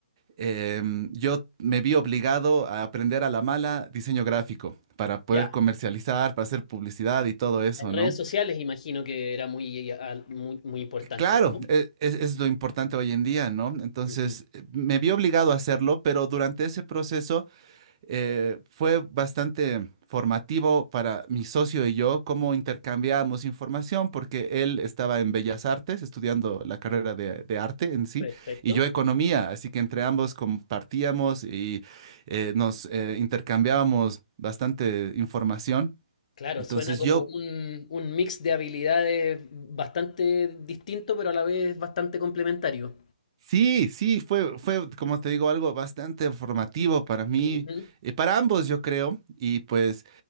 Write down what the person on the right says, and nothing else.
Em, yo me vi obligado a aprender a la mala diseño gráfico para poder
comercializar, para hacer publicidad y todo eso,
¿no?
Claro,
e- es, es lo importante hoy en día, ¿no? Entonces,
eh, me vi obligado a hacerlo, pero durante ese proceso eh, fue bastante formativo para mi socio y yo cómo intercambiábamos información, porque él estaba en Bellas Artes estudiando la carrera de, de arte en sí,
y yo economía, así que entre ambos compartíamos y eh, nos eh, intercambiábamos bastante información.
Entonces
yo...
Sí, sí, fue, fue, como te digo, algo bastante formativo para mí,
eh, para ambos, yo creo, y pues